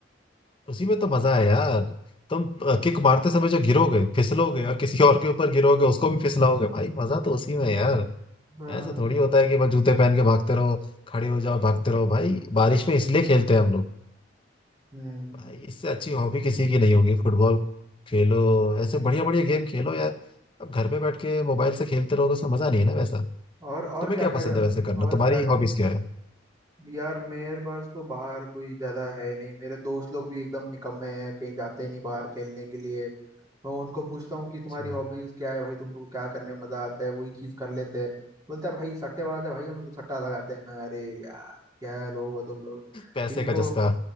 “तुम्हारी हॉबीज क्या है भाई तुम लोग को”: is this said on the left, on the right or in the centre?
Right